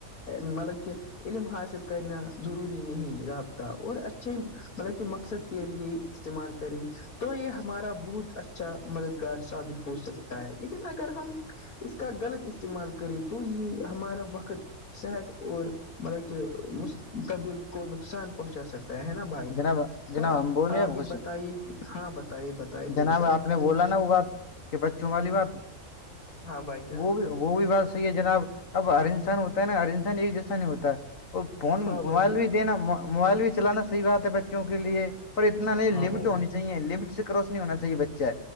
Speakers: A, on the left (about 75°); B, on the left (about 60°).
A: مطلب کہ علم حاصل کرنا ضروری نہیں رابطہ اور اچھے مطلب کہ مقصد کے لیے استعمال کرے تو یہ ہمارا بہت اچھا مددگار ثابت ہو سکتا ہے لیکن اگر ہم اس کا غلط استعمال کرے تو یہ ہمارا وقت صحت اور مطلب کہ مستقبل کو نقصان پہنچا سکتا ہے نا بھائی
B: جناب جناب
A: تو
B: ہم بولے
A: آپ
B: اب
A: بھی
B: کچھ
A: بتائیے کچھ ہاں بتائیے بتائیے
B: جناب
A: بے شک
B: آپ بولا نا وہ بات کہ بچوں والی بات
A: ہاں بھائی جان
B: وہ بھی تو وہ بھی بات صحیح ہے جناب اب ہر انسان ہوتا ہے نا ہر انسان ایک جیسا نہیں ہوتا وہ فون
A: ہاں
B: موبائل
A: بھائی جان
B: بھی دینا موبائل بھی چلانا صحیح بات ہے بچوں کے لیے پر اتنا نہیں
A: ہاں
B: لمٹ
A: بھائی
B: ہونی چاہیے لمٹ سے کراس نہیں ہونا چاہیے بچہ